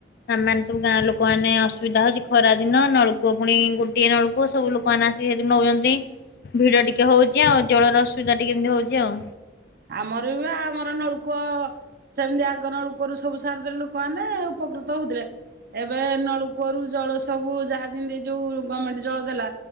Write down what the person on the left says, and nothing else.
ଆମ୍ ମାନେ ସବୁ ଗାଁ ଲୋକମାନେ ଅସୁବିଧା ହଉଚି। ଖରା ଦିନ ନଳକୂଅ ପୁଣି ଗୋଟିଏ ନଳକୂଅ ସବୁ ଲୋକମାନେ ଆସ ସେ ନଉଚନ୍ତି। ଭିଡ ଟିକେ ହଉଚି ଆଉ ଜଳର ଅସୁବିଧା ଟିକେ ଏମିତି ହଉଚି ଆଉ।